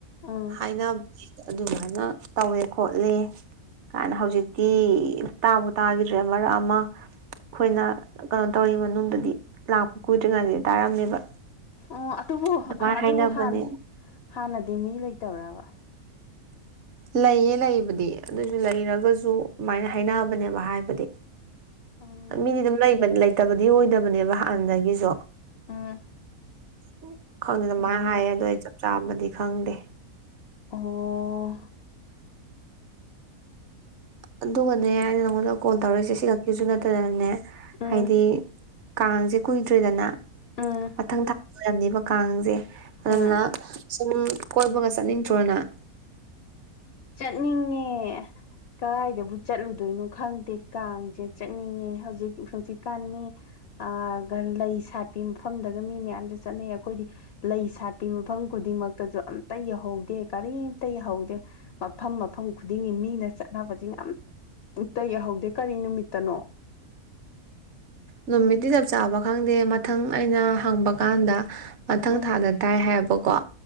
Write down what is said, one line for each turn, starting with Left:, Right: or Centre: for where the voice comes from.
Left: ꯑꯥ
Right: ꯍꯥꯏꯅꯕꯗꯤ ꯑꯗꯨꯃꯥꯏꯅ ꯇꯧꯋꯦ ꯈꯣꯠꯂꯦ ꯀꯥꯏꯅ ꯍꯧꯖꯤꯛꯇꯤ ꯇꯥꯕꯨ ꯇꯥꯈꯤꯗ꯭ꯔꯦ ꯃꯔꯛ ꯑꯃ ꯑꯩꯈꯣꯏꯅ ꯀꯩꯅꯣ ꯇꯧꯔꯤ ꯃꯅꯨꯡꯗꯗꯤ ꯂꯥꯛꯄ ꯀꯨꯏꯗꯔꯤꯉꯩꯗꯗꯤ ꯇꯥꯔꯝꯃꯦꯕ
Left: ꯑꯣ ꯑꯗꯨꯕꯨ
Right: ꯑꯗꯨꯃꯥꯏꯅ
Left: ꯑꯗꯨꯕꯨ
Right: ꯍꯥꯏꯅꯕꯅꯦ
Left: ꯍꯥꯟ ꯍꯥꯟꯅꯗꯤ ꯃꯤ ꯂꯩꯇꯕ꯭ꯔꯕ
Right: ꯂꯩꯌꯦ ꯂꯩꯕꯗꯤ ꯑꯗꯨꯁꯨ ꯂꯩꯔꯒꯁꯨ ꯑꯗꯨꯃꯥꯏꯅ ꯍꯥꯏꯅꯕꯅꯦꯕ ꯍꯥꯏꯕꯗꯤ
Left: ꯎꯝ
Right: ꯃꯤꯗꯤꯗꯨꯝ ꯂꯩꯕꯅꯦ ꯂꯩ ꯂꯩꯇꯕꯗꯤ ꯑꯣꯏꯗꯕꯅꯦꯕ ꯍꯥꯟꯅꯗꯒꯤꯁꯨ
Left: ꯎꯝ
Right: <unintelligible> ꯈꯪꯗꯦꯗ
Left: ꯎꯝ
Right: ꯃꯥꯏ ꯍꯥꯏꯌꯦ ꯑꯗꯣ ꯑꯩ ꯆꯠ ꯆꯥꯕꯗꯤ ꯈꯪꯗꯦ
Left: ꯑꯣꯍ
Right: ꯑꯗꯨꯒ ꯅꯦ ꯑꯩꯅ ꯅꯪꯉꯣꯟꯗ ꯀꯣꯜ ꯇꯧꯔꯛꯏꯁꯦ ꯁꯤꯈꯛꯀꯤꯁꯨ ꯅꯠꯇꯅꯅꯦ
Left: ꯎꯝ
Right: ꯍꯥꯏꯗꯤ ꯀꯥꯡꯁꯦ ꯀꯨꯏꯗ꯭ꯔꯦꯗꯅ
Left: ꯎꯝ
Right: ꯃꯊꯪ ꯊꯥ ꯑꯣꯏꯔꯝꯅꯤꯕ ꯀꯥꯡꯁꯦ ꯑꯗꯨꯅ
Left: ꯎꯝ
Right: ꯁꯨꯝ ꯀꯣꯏꯕꯒ ꯆꯠꯅꯤꯡꯗ꯭ꯔꯣ ꯅꯪ
Left: ꯆꯠꯅꯤꯡꯉꯦ ꯀꯗꯥꯥꯏꯗꯕꯨ ꯆꯠꯂꯨꯗꯣꯏꯅꯣ ꯈꯪꯗꯦ ꯀꯥꯡꯁꯦ ꯆꯠꯅꯤꯡꯉꯦ ꯍꯧꯖꯤꯛ ꯍꯧꯖꯤꯛꯀꯥꯟ ꯃꯤ ꯑꯥ ꯒꯟ ꯂꯩ ꯁꯥꯠꯄꯤ ꯃꯐꯝꯗꯗ ꯃꯤ ꯃꯌꯥꯝꯁꯦ ꯆꯠꯅꯩꯌꯦ ꯑꯩꯈꯣꯏꯗꯤ ꯂꯩ ꯁꯥꯠꯄꯤ ꯃꯐꯝ ꯈꯨꯗꯤꯡꯃꯛꯇꯁꯨ ꯑꯝꯇ ꯌꯥꯍꯧꯗꯦ ꯀꯔꯤꯝꯇ ꯌꯥꯍꯧꯗꯦ ꯃꯐꯝ ꯃꯐꯝ ꯈꯨꯗꯤꯡꯒꯤ ꯃꯤꯅ ꯆꯠꯅꯕꯖꯤꯡ ꯑꯝ ꯑꯝꯇ ꯌꯧꯍꯧꯗꯦ ꯀꯔꯤ ꯅꯨꯃꯤꯠꯇꯅꯣ
Right: ꯅꯨꯃꯤꯠꯇꯤ ꯆꯞ ꯆꯥꯕ ꯈꯪꯗꯦ ꯃꯊꯪ ꯑꯩꯅ ꯍꯪꯕ ꯀꯥꯟꯗ ꯃꯊꯪ
Left: ꯎꯝ
Right: ꯊꯥꯗ ꯇꯥꯏ ꯍꯥꯏꯕꯀꯣ